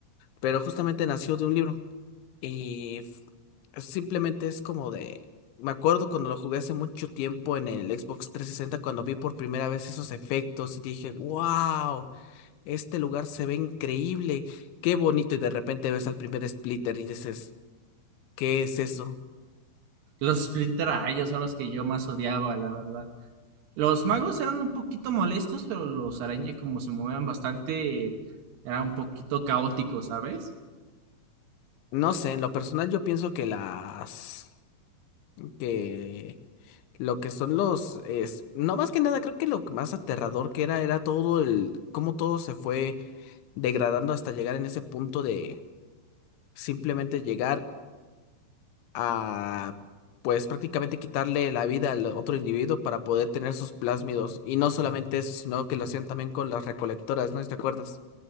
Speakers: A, on the left (about 75°); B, on the right (about 65°).
A: pero justamente nació de un libro. Y f- simplemente es como de... Me acuerdo cuando lo jugué hace mucho tiempo en el Xbox trescientos sesenta cuando vi por primera vez esos efectos y dije, wow, este lugar se ve increíble, qué bonito. Y de repente ves al primer Splitter y dices, ¿qué es eso?
B: Los Splinter Araña son los que yo más odiaba, la verdad. Los magos eran un poquito molestos, pero los araña, como se movían bastante, eran un poquito caóticos, ¿sabes?
A: No sé, en lo personal yo pienso que las que lo que son los es no más que nada creo que lo más aterrador que era era todo el cómo todo se fue degradando hasta llegar en ese punto de simplemente llegar a pues prácticamente quitarle la vida al otro individuo para poder tener sus plásmidos y no solamente eso sino que lo hacían también con las recolectoras ¿no? ¿Te acuerdas?